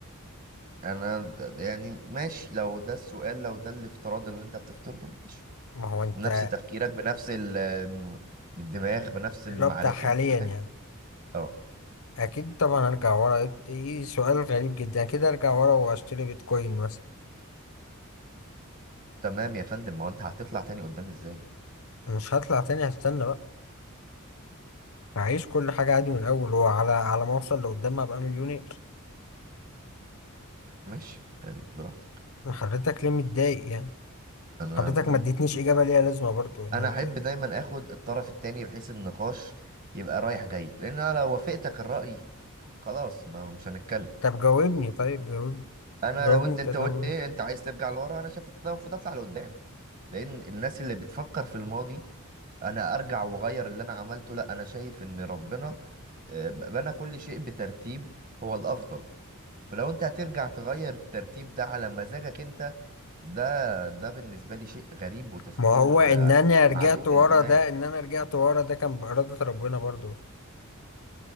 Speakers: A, on the right; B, on the left.
A: انا د- يعني ماشي لو ده السؤال لو ده الافتراض اللي انت بتفترضه ماشي
B: ما هو انت
A: بنفس تفكيرك بنفس ال- الم- بالدماغ بنفس المعرفه
B: اللي هو بتاع حاليا
A: تمام
B: يعني
A: اه
B: اكيد طبعا ارجع ورا ايه إيه، سؤال غريب جدا اكيد ارجع ورا واشتري بيتكوين مثلا
A: تمام يا فندم ما هو انت هتطلع تاني قدام ازاي
B: مش هطلع تاني هستنى بقى هعيش كل حاجة عادي من الاول وعلى على ما اوصل لقدام ابقى مليونير
A: ماشي يعني براحتك
B: حضرتك ليه متضايق يعني
A: انا
B: حضرتك
A: انا
B: ما اديتنيش اجابة ليها لازمة برضو يعني
A: انا احب
B: ده-
A: دايما اخد الطرف التاني بحيث النقاش يبقى رايح جاي لان انا لو وافقتك الراي خلاص ما مش هنتكلم
B: طب جاوبني طيب جاوبني
A: انا
B: جاوبني
A: لو انت
B: انت
A: انت
B: هتعمل
A: قلت
B: ايه
A: ايه انت عايز ترجع لورا انا شايف إن أنا المفروض اطلع لقدام لان الناس اللي بتفكر في الماضي انا ارجع واغير اللي انا عملته لا انا شايف ان ربنا آه، بنى كل شيء بترتيب هو الافضل فلو انت هترجع تغير الترتيب ده على مزاجك انت ده ده بالنسبة لي شيء غريب وتفكير
B: ما هو ان
A: آه،
B: انا رجعت
A: معدوم
B: ورا
A: الايمان
B: ده ان انا رجعت ورا ده كان بإرادة ربنا برضو